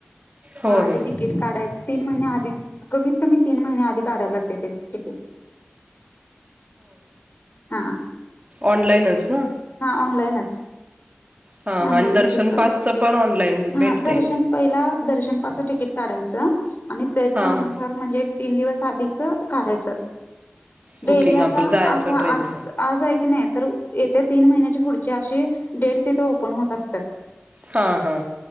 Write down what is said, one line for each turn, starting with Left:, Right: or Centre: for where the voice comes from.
Right: होय
Left: मग आधी तिकीट काढायच तीन महिने आधी, कमीत कमी तीन महिने आधी काढायला लागते ते तिकीट. हा
Right: ऑनलाइनच ना.
Left: हा ऑनलाईनच.
Right: हा
Left: ऑनलाईन
Right: आणि दर्शन
Left: तिकीट काढ
Right: पासच पण ऑनलाईन.
Left: हा
Right: भेटते
Left: दर्शन पहिला दर्शन पासच तिकीट काढायचं आणि त्याच्या
Right: हा
Left: अनुसार
Right: हा
Left: म्हणजे तीन दिवस आधीच काढायचं डेली
Right: बुकिंग आपलं
Left: आता
Right: जायचं
Left: आ
Right: ट्रेनचं
Left: आज आज आहे की नाही तर येत्या तीन महिन्याच्या पुढची अशी डेट तिथे ओपन होत असतात.
Right: हा हा